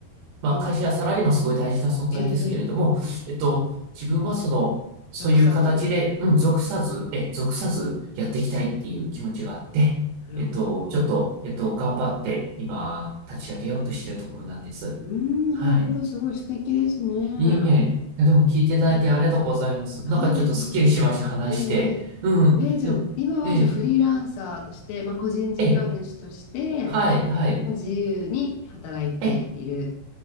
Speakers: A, on the right (about 75°); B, on the left (about 85°).
A: まあ、
B: うん、
A: 会社やサラリーマンすごい大事な存在ですけれども、
B: うん。ええ、ええ。はい。
A: えっと、自分はその、そういう形で、
B: 属さず。
A: うん、
B: うん、
A: 属さず、え、属さずやっていきたいっていう気持ちがあって、
B: なるほど。
A: えっと、ちょっと、
B: う
A: えっと、頑張って今、立ち上げようとしているところなんです。
B: ん、なるほど。
A: はい。
B: すごい素敵ですね。あ
A: いえいえ、いやでも聞いていただいてありがとうございます。
B: あ、はい、
A: なんかちょっとすっきりしました、
B: とんでもない。
A: 話して。
B: ええ、ええ。
A: うん。
B: ええ、じゃあ、
A: でも、
B: 今はじゃあフリーランサーとして、
A: ええ、
B: まあ、個人事業主として、
A: ええ、はい、はい。
B: 自由に働いている
A: ええ、